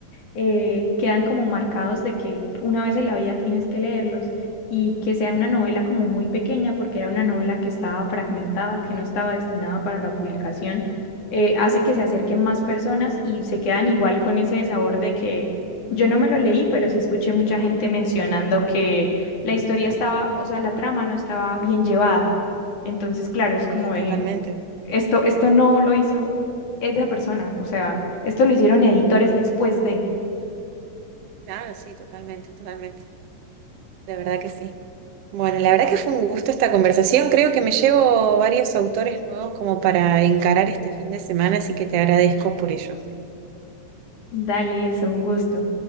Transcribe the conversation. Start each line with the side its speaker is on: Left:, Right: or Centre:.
Left: eh, quedan como marcados de que una vez en la vida tienes que leerlos y que sea una novela como muy pequeña, porque era una novela que estaba fragmentada, que no estaba destinada para la publicación, eh, hace que se acerquen más personas y se quedan igual con ese sabor de que yo no me lo leí, pero sí escuché mucha gente mencionando que la historia estaba, o sea, la trama no estaba bien llevada. Entonces, claro, es como
Right: Sí,
Left: de,
Right: totalmente.
Left: esto, esto no lo hizo esa persona, o sea, esto lo hicieron editores después de...
Right: Claro, sí, totalmente, totalmente. De verdad que sí. Bueno, la verdad que fue un gusto esta conversación. Creo que me llevo varios autores nuevos como para encarar este fin de semana, así que te agradezco por ello.
Left: Dale, eso, un gusto.